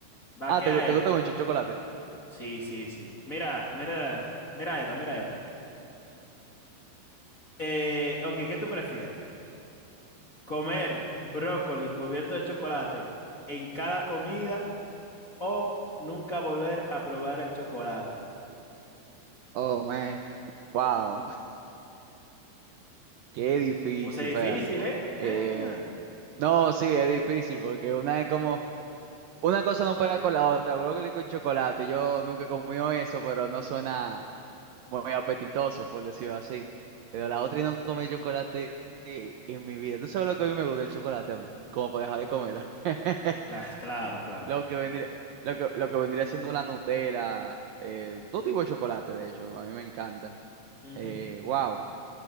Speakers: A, on the left; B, on the right.
A: va
B: Ah,
A: que
B: ¿te,
A: a
B: gu- te
A: esta.
B: gusta mucho el chocolate?
A: Sí, sí, sí. Mira, mira, mira esta, mira esta. Eh, ok, ¿qué tú prefieres? ¿Comer brócoli cubierto de chocolate en cada comida o nunca volver a probar el chocolate?
B: Oh, man. Wow. Qué difícil,
A: Puse difícil,
B: fíjate.
A: ¿eh? Ah,
B: Eh, no, sí, es difícil porque una es como, una cosa no pega con la otra, brócoli con chocolate. Yo nunca he comido eso, pero no suena muy apetitoso, por decirlo así. Pero la otra y no comer chocolate eh, en mi vida. ¿Tú sabes lo que a mí me gusta el chocolate a mí? Como para dejar de comerlo. <laughs>
A: pues, claro, claro.
B: Lo que vendría, lo que, lo que vendría siendo la Nutella, eh, todo tipo de chocolate, de hecho, a mí me encanta.
A: Ujú.
B: Eh, wow.